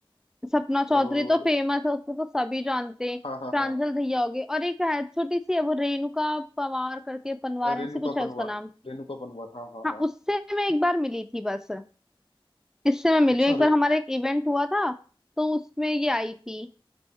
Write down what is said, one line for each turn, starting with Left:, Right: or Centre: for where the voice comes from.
Centre: सपना चौधरी
Left: और
Centre: तो फेमस है उसको तो सभी जानते हैं
Left: हाँ हाँ
Centre: प्रांजल
Left: हाँ
Centre: दहिया होगी और एक है छोटी सी है वो रेणुका पवार करके पनवार ऐसे
Left: रेणुका
Centre: कुछ है
Left: पनवार
Centre: उसका नाम
Left: रेणुका पनवार हाँ हाँ
Centre: हाँ
Left: हाँ
Centre: उससे मैं एक बार मिली थी बस इससे मैं मिली
Left: अच्छा
Centre: हूँ एक बार
Left: रे,
Centre: हमारा एक इवेंट हुआ था तो उसमें ये आई थी